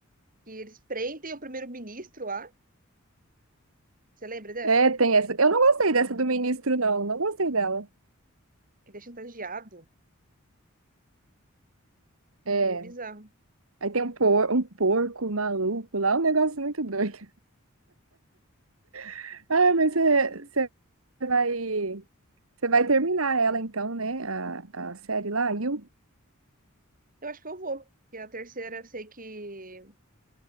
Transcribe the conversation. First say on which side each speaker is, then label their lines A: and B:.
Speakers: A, on the right; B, on the right.
A: Que eles prendem o primeiro-ministro lá. Você lembra dessa?
B: É, tem essa. Eu não gostei dessa do ministro, não. Não gostei dela.
A: Que ele é chantageado.
B: É,
A: Meio bizarro.
B: aí tem um, por, um porco maluco lá, um negócio muito doido. <laughs> Ah, mas
A: Hum,
B: você você vai. Você vai terminar ela então, né? A, a série lá, you
A: Eu acho que eu vou. E a terceira, eu sei que.